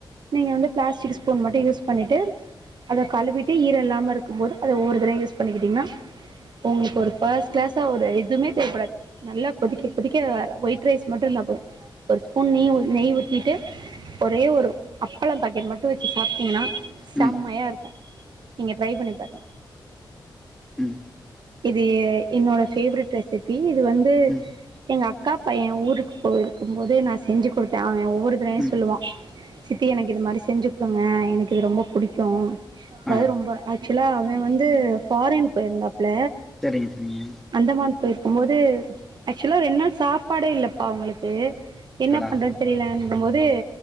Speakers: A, on the right (about 60°); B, in the centre.
A: நீங்க வந்து பிளாஸ்டிக் ஸ்பூன் மட்டு யூஸ் பண்ணிட்டு அத கழுவிட்டு ஈர இல்லாம இருக்கு போது அத ஒவ்வொரு தரையு யூஸ் பண்ணிகிட்டீங்கன்னா உங்களுக்கு ஒரு ஃபர்ஸ்ட் கிளாஸ்ஸா ஒரு எதுமே தேவப்படாது நல்லா கொதிக்க கொதிக்க ஒயிட் ரைஸ் மட்டு இருந்தா போது ஒரு ஸ்பூன் நெய்வு நெய் ஊத்திட்டு ஒரே ஒரு அப்பளம் பாக்கெட் மட்டு வச்சி சாப்ட்டீங்கன்னா
B: ம்
A: செம்மையா இருக்கு நீங்க ட்ரை பண்ணி பாருங்க
B: ம் ம்
A: இது ஏ என்னோட ஃபேவரெட் ரெசிபி இது வந்து
B: ம்
A: எங்க அக்கா பையன் ஊருக்கு போய்ருக்கும்போது நா செஞ்சி குடுத்த அவன் ஒவ்வொரு தரவயு
B: ம்
A: சொல்லுவான் சித்தி எனக்கு இது மாரி செஞ்சு குடுங்க எனக்கு இது ரொம்ப புடிக்கு அதாவது
B: ஆ
A: ரொம்ப ஆக்சுவலா அவன் வந்து ஃபாரின் போயிருந்தாப்புல
B: சேரிங் சேரிங்க
A: அந்தமான் போயிருக்கும்போது ஆக்சுவலா ரெண் நாள் சாப்பாடே இல்லப்பா அவுங்ளுக்கு
B: அடடா
A: என்ன பண்றது
B: ம்
A: தெரியலன்னும்போது